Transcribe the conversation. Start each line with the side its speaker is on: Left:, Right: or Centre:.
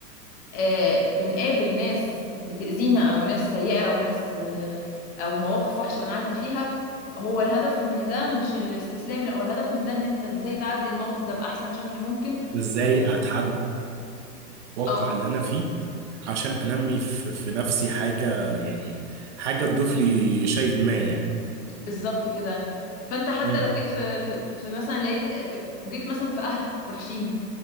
Left: آه، بنقابل ناس بتأذينا أو ناس سيئة أو ناس آه، أو مواقف وحشة بنعدي فيها هو الهدف من ده مش الاستسلام لا هو الهدف من ده إن أنت إزاي تعدي الموقف ده بأحسن شكل ممكن
Right: ازاي اتحدى الواقع
Left: أه
Right: اللي انا فيه عشان انمي في, في نفسي حاجه يعني حاجه تضيف لي شيء ما يعني
Left: بالظبط كده فأنت حتى
Right: امم
Left: لو جيت في, في, في مثلا لقيت آه، جيت مثلا في أهل وحشين